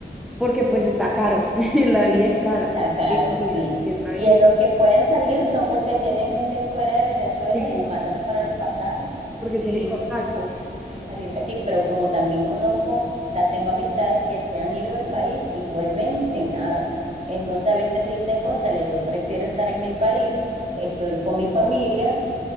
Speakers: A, in the centre; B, on the right.
A: porque pues está caro, <laughs> la vida es cara.
B: Está caro,
A: sí y
B: sí.
A: Está bien.
B: Y en los que pueden salir son porque tienen gente fuera de Venezuela
A: Sí.
B: y les mandan para los pasajes
A: porque
B: y
A: tienen contactos.
B: de esta manera pueden salir de aquí. Pero como también conozco, o sea, tengo amistades que se han ido del país y vuelven sin nada. Entonces a veces dicen, cónchale, yo prefiero estar en mi país, estoy con mi familia